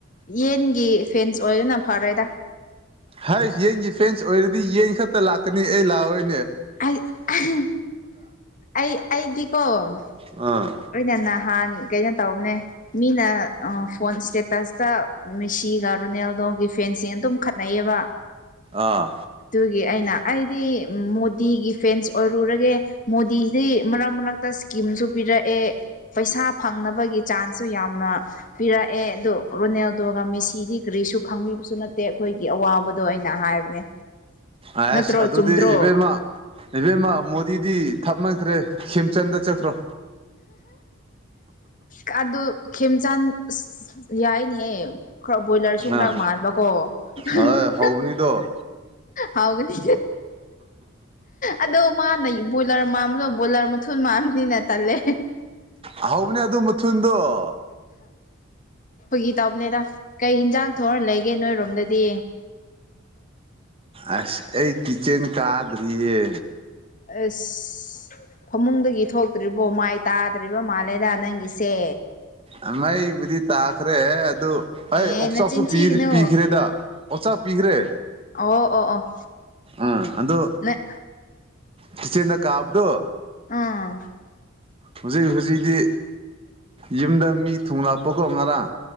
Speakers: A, on the left (about 40°); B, on the right (about 30°).
A: ꯌꯦꯟ ꯒꯤ ꯐꯦꯟꯁ ꯑꯣꯏꯗꯅ ꯐꯔꯦꯗ
B: ꯍꯥꯏ ꯌꯦꯟꯒꯤ ꯐꯦꯟꯁ ꯑꯣꯏꯔꯗꯤ ꯌꯦꯟ ꯈꯛꯇ ꯂꯥꯛꯀꯅꯤ ꯑꯩ ꯂꯥꯛꯑꯣꯏ
A: ꯑꯩ ꯑꯩ ꯑꯩ ꯑꯩꯗꯤꯀꯣ ꯑꯣꯏꯅꯅ
B: ꯑꯥ
A: ꯅꯍꯥꯟ ꯀꯩꯅꯣ ꯇꯧꯕꯅꯦ ꯃꯤꯅ ꯐꯣꯟ ꯏ꯭ꯁꯇꯦꯇꯁꯇ ꯃꯦꯁꯤꯒ ꯔꯨꯅꯦꯜꯗꯣ ꯅꯣꯒꯤ ꯐꯦꯟꯁꯤꯡ ꯑꯗꯨꯝ ꯈꯠꯅꯩꯌꯦꯕ
B: ꯑꯥ
A: ꯒꯤ ꯑꯩꯅ ꯑꯩꯗꯤ ꯃꯣꯗꯤꯒꯤ ꯐꯦꯟꯁ ꯑꯣꯏꯔꯨꯔꯒꯦ ꯃꯣꯗꯤꯁꯤ ꯃꯔꯛ ꯃꯔꯛꯇ ꯀꯤꯝꯁꯨ ꯄꯤꯔꯛꯑꯦ ꯄꯩꯁꯥ ꯐꯪꯅꯕꯒꯤ ꯆꯥꯟꯁꯁꯨ ꯌꯥꯝꯅ ꯄꯤꯔꯛꯑꯦ ꯑꯗꯨ ꯔꯣꯅꯦꯜꯗꯣꯒ ꯃꯦꯁꯤꯗꯤ ꯀꯔꯤ ꯀꯩꯁꯨ ꯈꯪꯕꯤꯕꯁꯨ ꯅꯠꯇꯦ ꯑꯈꯣꯏꯒꯤ ꯑꯋꯥꯕꯗꯣ ꯑꯩꯅ ꯍꯥꯏꯕꯅꯦ
B: ꯑꯦꯁ
A: ꯅꯠꯇ꯭ꯔꯣ
B: ꯑꯗꯨꯗꯤ
A: ꯆꯨꯝꯗ꯭ꯔꯣ
B: ꯏꯕꯦꯝꯃ ꯏꯕꯦꯝꯃ ꯃꯣꯗꯤꯗꯤ ꯊꯥꯞꯃꯟꯈ꯭ꯔꯦ ꯁꯦꯝꯆꯟꯗ ꯆꯠꯈ꯭ꯔꯣ
A: ꯑ ꯑꯗꯨ ꯈꯦꯝꯆꯥꯟ ꯑꯁ ꯌꯥꯏꯅꯦꯍꯦ ꯈꯔ ꯕꯣꯏꯂꯔꯁꯨ ꯈꯔ
B: ꯑꯥ
A: ꯃꯥꯟꯕꯀꯣ <unintelligible>
B: ꯍꯣꯏ ꯍꯧꯕꯅꯤꯗꯣ
A: ꯍꯥꯎꯒꯅꯤ ꯑꯗꯣ ꯃꯥꯅ ꯕꯣꯏꯂꯔ ꯃꯥꯗꯣ ꯕꯣꯏꯂꯔ ꯃꯊꯨꯜ ꯃꯥꯝꯕꯅꯤ ꯅꯠꯇꯦ ꯇꯜꯂꯦ
B: ꯍꯧꯕꯅꯦ ꯑꯗꯨ ꯃꯊꯨꯟꯗꯣ
A: ꯐꯒꯤ ꯇꯧꯕꯅꯦꯗ ꯀꯩ ꯍꯦꯟꯖꯥꯡ ꯊꯣꯛꯔ ꯂꯩꯒꯦ ꯅꯣꯏꯔꯣꯝꯗꯗꯤ
B: ꯑ ꯑꯩ ꯀꯆꯦꯟ ꯀꯥꯗꯔꯤꯌꯦ
A: ꯑꯁ ꯐꯃꯨꯡꯗꯒꯤ ꯊꯣꯛꯇ꯭ꯔꯤꯕꯣ ꯃꯥꯏ ꯇꯥꯗ꯭ꯔꯤꯕ ꯃꯥꯜꯂꯦꯗ ꯅꯪꯒꯤꯁꯦ
B: ꯑ ꯑꯩꯕꯨꯗꯤ ꯇꯥꯈ꯭ꯔꯦ ꯑꯗꯨ ꯑꯩ
A: ꯑꯦ
B: ꯑꯣꯛꯆꯥꯛꯁꯨ
A: ꯅꯆꯤꯟ ꯊꯤꯒꯅꯨ
B: ꯄꯤꯈ꯭ꯔꯦꯗ ꯑꯣꯛꯆꯥꯛ ꯄꯤꯈ꯭ꯔꯦ
A: ꯑꯣ ꯑꯣ ꯑꯣ
B: ꯑꯥ ꯑꯗꯨ
A: ꯅꯣꯏ
B: ꯆꯤꯆꯦꯅ ꯀꯥꯕꯗꯣ
A: ꯎꯝ
B: ꯍꯧꯖꯤꯛ ꯍꯧꯖꯤꯛꯗꯤ ꯌꯨꯝꯗ ꯃꯤ ꯊꯨꯡꯂꯛꯄ ꯀꯣ ꯉꯔꯥꯡ